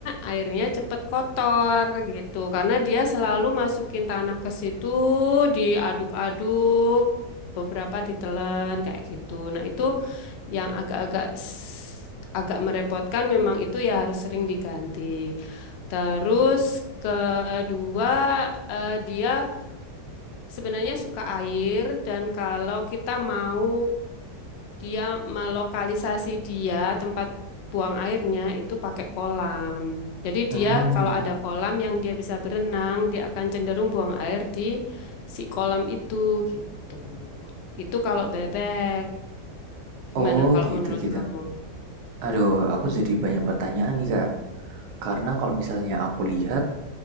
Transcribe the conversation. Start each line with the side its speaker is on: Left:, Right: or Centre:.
Left: airnya cepet kotor gitu. Karena dia selalu masukin tanah ke situ, diaduk-aduk, beberapa ditelan kayak gitu. Nah, itu yang agak-agak s- agak merepotkan memang itu ya harus sering diganti. Terus kedua, eh, dia sebenarnya suka air dan kalau kita mau dia melokalisasi dia tempat buang airnya itu pakai kolam. Jadi
Right: Hmm.
Left: dia kalau ada kolam yang dia bisa berenang, dia akan cenderung buang air di si kolam itu gitu. Itu kalau bebek. Gimana
Right: Oh
Left: kalau
Right: gitu
Left: menurut
Right: gitu.
Left: kamu?
Right: Aduh, aku jadi banyak pertanyaan nih Kak. Karena kalau misalnya aku lihat,